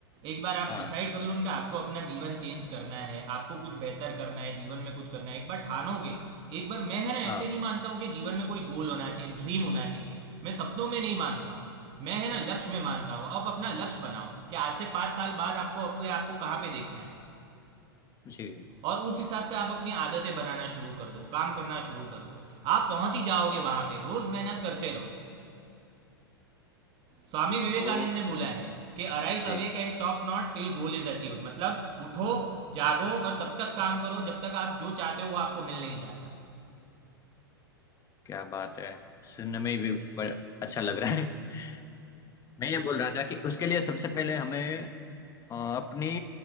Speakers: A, on the right (about 40°); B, on the left (about 25°).
A: एक बार आप
B: हाँ
A: डिसाइड कर लो उनका आपको अपना जीवन चेंज करना है आपको कुछ बेहतर करना है जीवन में कुछ करना है एक बार ठानोगे एक बार मैं है ना
B: हाँ
A: ऐसे नहीं मानता हूँ कि जीवन में कोई गोल होना चाहिए ड्रीम होना चाहिए मैं सपनों में नहीं मानता हूँ मैं है ना लक्ष्य में मानता हूँ अब अपना लक्ष्य बनाओ कि आज से पाँच साल बाद आपको अपने आपको कहाँ पे देखना है
B: जी
A: और उस हिसाब से आप अपनी आदतें बनाना शुरू कर दो काम करना शुरू कर दो आप पहुंच ही जाओगे वहां पे रोज मेहनत करते रहो स्वामी विवेकानंद
B: वो
A: ने बोला है कि arise
B: जी
A: awake and stop not till goal is achieve मतलब उठो जागो और तब तक काम करो जब तक आप जो चाहते हो वो आपको मिल नहीं जाता
B: क्या बात है सुनने में भी बड़ा अच्छा लग रहा है <laughs> मैं ये बोल रहा था कि उसके लिए सबसे पहले हमें अ, अपनी